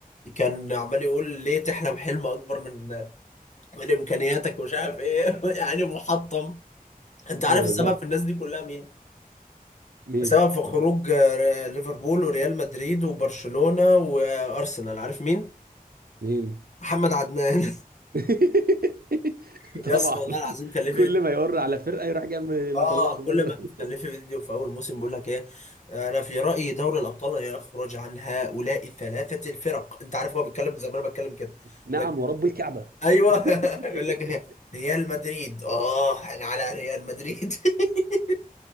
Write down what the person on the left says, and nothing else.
كان عمال يقول ليه تحلم حلم اكبر من من امكانياتك ومش عارف ايه <laughs> يعني محطم انت عارف
السبب
في الناس دي كلها مين؟
السبب في خروج آه، ليفربول وريال مدريد وبرشلونة وارسنال عارف مين؟
محمد عدنان
<laughs> يا
اسطى والله العظيم كان ليه فيديو
اه
كل
ما بتكلفي فيديو في اول موسم بيقول لك ايه انا في رايي دوري الابطال يخرج عن هؤلاء الثلاثه الفرق انت عارف هو بيتكلم زي ما انا بتكلم كده
يقول لك
ايوه <laughs>
يقول لك إيه؟ ريال مدريد اه انا على ريال مدريد <laughs>